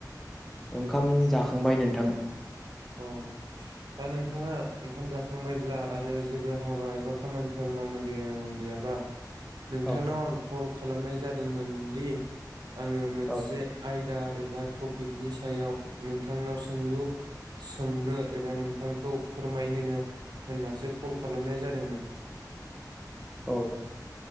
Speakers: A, in the centre; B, on the right.
A: ओंखाम जाखांबाय नोंथां।
B: अ दा नोंथाङा ओंखाम जाखांबायब्ला आरो जेबो हाबा एबा खामानिफोर मावनो गैया गैयाबा नोंथांनाव
A: औ
B: आं कल खालामनाय जादोंमोन दि आङो मोनसे
A: औ
B: आय दा एबा थपिकनि सायाव नोंथांनाव सोंलु सोंनो एबा नोंथांखौ फोरमायहोनो होननासो खल खालामनाय जादोंमोन।
A: औ